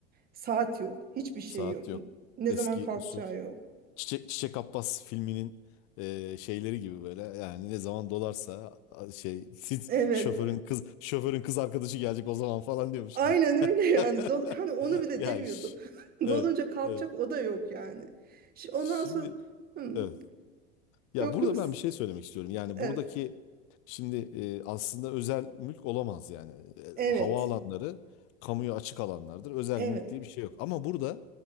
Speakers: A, on the right; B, on the left.
A: Saat yok. Hiçbir şey
B: Saat
A: yok.
B: yok.
A: Ne
B: Eski
A: zaman kalkacağı
B: usul.
A: yok.
B: Çiçek, Çiçek Abbas filminin e, şeyleri gibi böyle. Yani ne zaman dolarsa a- şey <laughs> siz,
A: Evet.
B: şoförün kız şoförün kız arkadaşı gelecek o zaman falan diyormuş.
A: Aynen
B: <laughs>
A: öyle yani. Dol hani onu bile
B: Ya
A: demiyordu.
B: iş. Evet,
A: <laughs> Dolunca kalkacak
B: evet.
A: o da yok yani. Şi- Ondan
B: Şimdi
A: sonra hmm,
B: evet. Ya
A: yok
B: burada
A: yok. s-
B: ben bir şey söylemek istiyorum. Yani
A: Evet.
B: buradaki şimdi e, aslında özel mülk olamaz yani. E,
A: Evet.
B: havaalanları kamuya açık alanlardır. Özel
A: Evet.
B: mülk diye bir şey yok. Ama burada